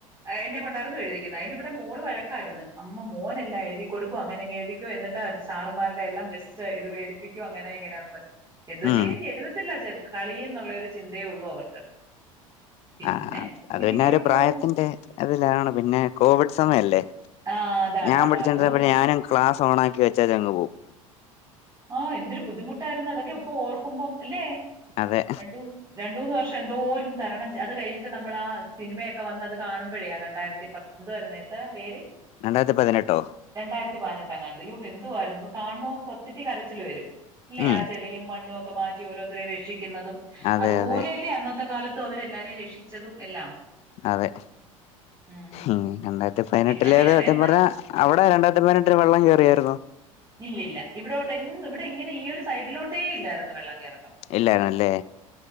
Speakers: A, on the right; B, on the left.
A: എന്നെ കൊണ്ടാരുന്നു എഴുതിക്കുന്ന അതിനിവിടെ മോള് വഴക്കാര്ന്ന് അമ്മ മോനെല്ലാം എഴുതി കൊടുക്കും അങ്ങനെ അങ്ങ് എഴുതിക്കോ എന്നിട്ട് സാർമാര്ടെ എല്ലാം ബെസ്റ്റ് ഇത് വേടി പ്പിക്കും അങ്ങനെ ഇങ്ങനാന്നും പറഞ് എന്തോ
B: ഉം
A: ചെയ്യും എഴുതത്തില്ല ചെ കളി എന്നുള്ളൊരു ചിന്തേ ഒള്ളൂ അവർക്ക് പിന്നെ
B: ആഹ്
A: ഇങ്ങനെയൊക്കെ
B: അത് പിന്നെ ഒരു
A: അങ്ങ്
B: പ്രായത്തിന്റെ
A: പോകുന്നു.
B: അതിലാണ് പിന്നെ കോവിഡ് സമയല്ലേ
A: ആ അതാണ്
B: ഞാൻ
A: അതാണ്
B: പഠിച്ചൊണ്ടിരിന്നപ്പഴും
A: ഓ
B: ഞാനും ക്ലാസ് ഓണാക്കി വെച്ചേച്ചങ്ങ് പോവും
A: ആഹ് എന്തൊരു ബുദ്ധിമുട്ടാരുന്നു അതൊക്കെ ഇപ്പ ഓർക്കുമ്പം എല്ലേ
B: അതെ
A: രണ്ടു രണ്ട് മൂന്ന് വർഷം എന്തോരം തരണം ചെ അത് കഴിഞ്ഞിട്ട് നമ്മൾ ആ സിനിമയൊക്കെ വന്നത് കാണുമ്പഴേ ആ രണ്ടായിരത്തി പ എന്തോ ആര്ന്നു ഏട്ടാ പേര്
B: രണ്ടായിരത്തി പതിനെട്ടോ
A: രണ്ടായിരത്തി പതിനെട്ടാങ്ങാട് യൂ ഹെന്ദു വാരുന്നു കാണുമ്പോ നമ്മക്ക് സത്യത്തി കരച്ചിൽ വരും ല്ലേ
B: ഉം
A: ആ ചെളിയും മണ്ണും ഒക്കെ മാറ്റി ഓരോരുത്തരേ രക്ഷിക്കുന്നതും
B: അതെ
A: അത്പോലെയല്ലേ
B: അതെ
A: അന്നത്തെ കാല ത്തും അവരല്ലാരെ രക്ഷിച്ചതും എല്ലാം
B: അതെ
A: ഉം ഉം
B: ആഹ് രണ്ടായിരത്തി പതിനെട്ടിലേത്
A: പിന്നെ വേറെ
B: സത്യം
A: എന്താ
B: പറഞ്ഞാ അവിടെ രണ്ടായിരത്തി പതിനെട്ടില് വെള്ളം കയറിയായിരുന്നോ
A: ഇല്ലില്ല ഇവിടോട്ട് എങ്ങ് ഇവിടെ ഇങ്ങനെ ഈ ഒരു സൈഡിലോട്ടേ ഇല്ലായിരുന്നു വെള്ളം കയറക്കം
B: ഇല്ലായിരുന്നല്ലേ